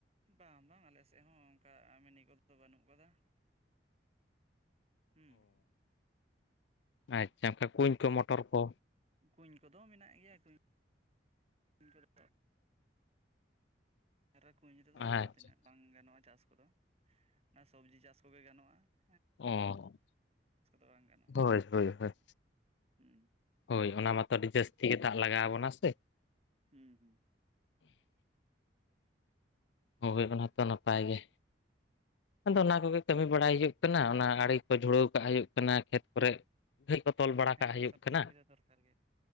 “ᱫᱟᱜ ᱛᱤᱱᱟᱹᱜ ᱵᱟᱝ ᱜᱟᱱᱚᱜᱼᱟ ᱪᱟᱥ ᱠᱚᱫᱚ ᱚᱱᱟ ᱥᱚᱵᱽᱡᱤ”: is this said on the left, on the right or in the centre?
Right